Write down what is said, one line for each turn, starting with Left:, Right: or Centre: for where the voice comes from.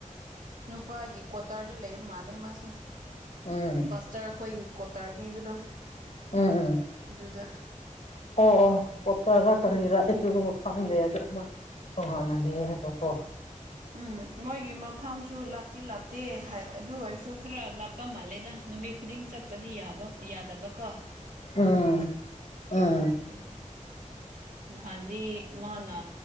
Right: ꯅꯨꯄꯥꯒꯤ ꯀ꯭ꯋꯥꯇꯥꯔꯗ ꯂꯩꯕ ꯃꯥꯜꯂꯦ ꯃꯥꯁꯦ ꯫
Left: ꯎꯝ
Right: ꯆꯔ ꯈꯣꯏꯒꯤ ꯀꯣꯇꯔ ꯄꯤꯕꯗꯨ
Left: ꯎꯝ ꯎꯝ
Right: ꯑꯗꯨꯗ
Left: ꯑꯣ ꯑꯣ ꯀꯣꯠꯇꯔ ꯀꯔꯤꯔꯥ ꯑꯩꯇꯨ ꯈꯪꯗꯦ ꯑꯗꯨꯗ꯭ꯔ ꯃꯣꯏ <unintelligible> ꯇꯣꯉꯥꯟꯅ ꯂꯩꯔꯦꯕꯀꯣ <unintelligible>
Right: ꯝ ꯃꯣꯏꯒꯤ ꯃꯐꯝꯁꯨ ꯂꯥꯞꯇꯤ ꯂꯥꯞꯇꯦ ꯍꯥꯏ ꯑꯗꯨ ꯑꯣꯏꯔꯁꯨ ꯈꯔ ꯂꯥꯞꯄ ꯃꯥꯜꯂꯦꯗ ꯅꯨꯃꯤꯠ ꯈꯨꯗꯤꯡ ꯆꯠ ꯄꯗꯤ ꯌꯥꯕ ꯌꯥꯗꯕꯀꯣ
Left: ꯎꯝ ꯎꯝ
Right: ꯑ ꯅꯍꯥꯟꯗꯤ ꯃꯥꯅ